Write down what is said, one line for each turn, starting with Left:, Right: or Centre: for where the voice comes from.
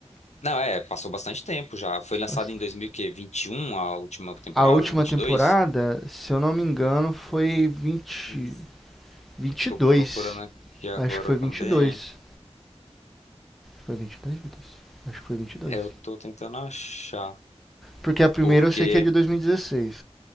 Left: Não, é, passou bastante tempo já. Foi lançado
Centre: <laughs>
Left: em 2021 a última temporada,
Centre: a última
Left: 22.
Centre: temporada, se eu não me engano, foi vinte
Left: Hum,
Centre: vinte e
Left: Tô
Centre: dois
Left: procurando aqui agora
Centre: Acho que foi
Left: também.
Centre: vinte e dois Foi 22, meu Deus? Acho que foi vinte e dois
Left: É, eu tô tentando achar,
Centre: Porque a primeira
Left: porque
Centre: eu sei que é de 2016.